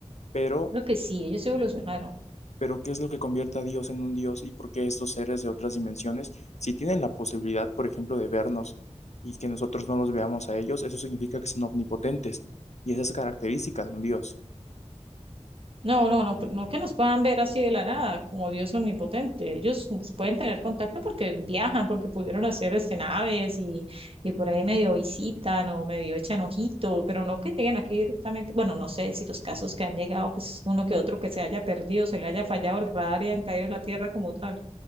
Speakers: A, on the left; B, on the right.
A: pero,
B: creo que sí, ellos evolucionaron.
A: pero ¿qué es lo que convierte a Dios en un Dios y por qué estos seres de otras dimensiones, si tienen la posibilidad, por ejemplo, de vernos y que nosotros no los veamos a ellos, eso significa que son omnipotentes y esa es característica de un Dios.
B: No, no, no, no que nos puedan ver así de la nada, como Dios omnipotente. Ellos pueden tener contacto porque viajan, porque pudieron hacer este naves y, y por ahí medio visitan o medio echan ojito, pero no que lleguen aquí directamente. Bueno, no sé si los casos que han llegado, pues uno que otro que se haya perdido, se le haya fallado el radar y han caído en la tierra como tal.